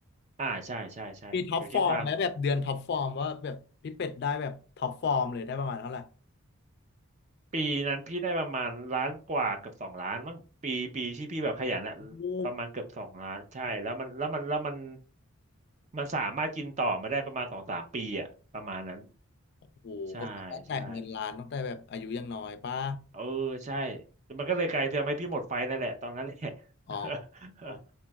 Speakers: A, on the right; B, on the left.
A: อ่าใช่ใช่ใช่อยู่ที่ความ
B: มีท็อปฟอร์มไหมแบบเดือนท็อปฟอร์มว่าแบบพี่เป็ดได้แบบท็อปฟอร์มเลยได้ประมาณเท่าไหร่
A: ปีนั้นพี่ได้ประมาณล้านกว่าเกือบสองล้านมั้งปีปีที่พี่แบบขยันอะ
B: โอ้
A: ประมาณเกือบสองล้านใช่แล้วมันแล้วมันแล้วมันมันสามารถกินต่อมาได้ประมาณสองสามปีอะประมาณนั้น
B: โหก็แปลว่าแตะเงินล้านตั้งแต่แบบอายุยังน้อยป้า
A: ใช่ใช่เออใช่มันก็เลยกลายเป็นทำให้พี่หมดไฟนั่นแหละตอนนั้นแหละ
B: อ๋อ
A: <laughs>
B: โอ